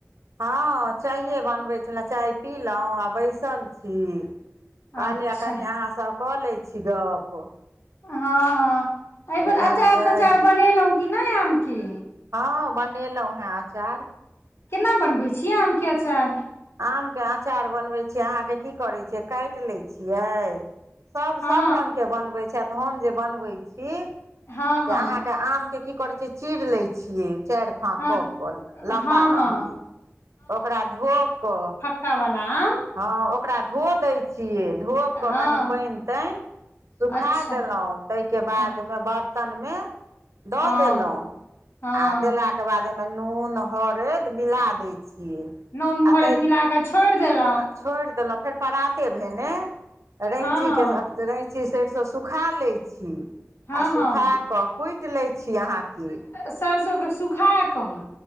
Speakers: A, on the right; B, on the left.
A: हँ चाये बनबे छलउ चाय पीलउ आ बैसल छी। कहलियै
B: अच्छा
A: कनि अहाँस कऽ लैत छी गप।
B: हँ हँ एहि
A: बुझलियै
B: बेेर अचार तचार बनेलहुँ की नहि आमके।
A: हँं बनेलहुँं हेँ अचार।
B: केना बनबै छियै आमके अचार?
A: आमके अँचार बनबै छियै अहाँके की करै छियै काटि लै छियै। सभ
B: हँ
A: सभ रङ्गके बनबै छथि हम जे बनबै छी।
B: हँ हँ
A: से अहाँके आमके की करै छिय चीर लै छियै चार। फाँकऽ
B: हँ
A: कल लम्बा
B: हँ
A: लम्बी
B: हँ
A: ओकरा धो। कऽ
B: कवला अं।
A: हँ ओकरा धो दैत छियै धो
B: हँ
A: कऽ कनि पाइन ताइन। सुखा
B: अच्छा
A: देलहुँ ताहिके बादमे
B: हँ
A: बरतनमे। दऽ
B: हँ
A: देलहुँ
B: हँ
A: आ देलहा। तके बाद ओहिमे नून हरैद मिला दै छियै।
B: नून मुहरद
A: आ ताहि
B: मिलााक छोड़ि देलहुं।
A: छोड़ि देलहुँ फेर पराते भेने रैचीके।
B: हँ
A: रैची सरिसो सुखा लै छी।
B: हँ
A: आ सुखा
B: हँ
A: कऽ कुटि लै छी अहाँके।
B: सरसों के सुखााकऽ